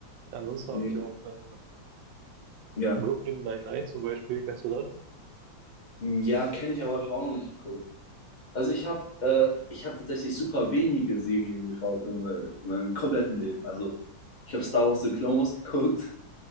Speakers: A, on the right (about 80°); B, on the left (about 35°).
A: Ansonsten
B: Nee,
A: habe ich auch äh,
B: ja.
A: Brooklyn Nine-Nine zum Beispiel. Kennst du das?
B: Ja, kenne ich, aber habe ich auch noch nicht geguckt. Also ich habe äh, ich habe tatsächlich super wenige Serien geschaut in, in meinem kompletten Leben. Also ich habe Star Wars The Clone Wars <laughs> geguckt